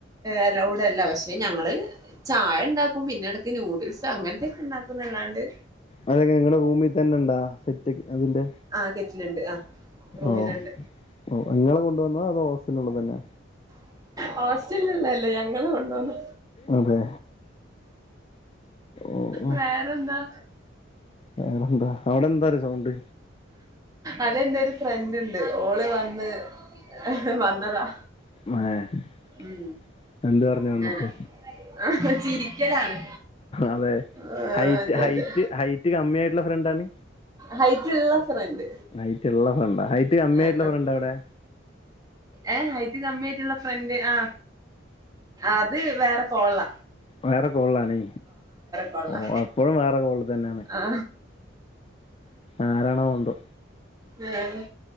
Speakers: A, on the right (about 20°); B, on the left (about 30°).
A: അലൗഡ് അല്ല പക്ഷെ ഞങ്ങള് ചായ ണ്ടാക്കും പിന്നെ ഇടക്ക് ന്യൂഡിൽസ് അങ്ങനത്തെക്കെ ഉണ്ടാക്കും ന്നല്ലാണ്ട്
B: അത് എങ്ങനെ നിങ്ങളെ റൂമിൽ തന്നെണ്ടാ സെറ്റ് അതിന്റെ
A: ആ കെറ്റിലുണ്ട് ആ റൂമിലുണ്ട്
B: ഓഹ് ഓഹ് ഇങ്ങള് കൊണ്ടുവന്നോ അതോ ഹോസ്റ്റലിലുള്ളത് തന്നെ
A: ഹോസ്റ്റല്ല് ള്ളല്ല ഞങ്ങൾ കൊണ്ടുവന്ന
B: അതെ ഓഹ് ഓഹ്
A: വേറെന്താ?
B: വേറെന്താ അവിടെ എന്താ ഒരു സൗണ്ട്
A: അതെന്റെ ഒരു ഫ്രണ്ട് ഉണ്ട് ഓള് വന്ന് ഏ ഹ് വന്നതാ.
B: <unintelligible>
A: ഉം
B: എന്ത് പറഞ്ഞു
A: ങ്ങനെ
B: വന്നിട്ട്
A: ആഹ ചിരിക്കലാണ്.
B: അതെ
A: ആ
B: ഹൈറ്റ്
A: അതെ
B: ഹൈറ്റ്
A: അതെ
B: ഹൈറ്റ് കമ്മിആയിട്ടുള്ള ഫ്രണ്ടാണ്.
A: ഹൈറ്റ് ഉള്ള ഫ്രണ്ട്
B: ഹൈറ്റ്ള്ള ഫ്രണ്ട ഹൈറ്റ് കമ്മിആയിട്ടുള്ള
A: ആ ആ
B: ഫ്രണ്ട് എവിടെ?
A: ഏ ഐറ്റ കമ്മിയായിട്ടുള്ള ഫ്രണ്ട് ആ അത് വേറെ കോളില.
B: വേറെ കോൾളാണ്
A: കോളാ
B: ഓ അപ്പോഴും വേറെ കോള് തന്നെയാണ്.
A: ആ
B: ആരാണോ വെന്തോ?
A: ഞാന്.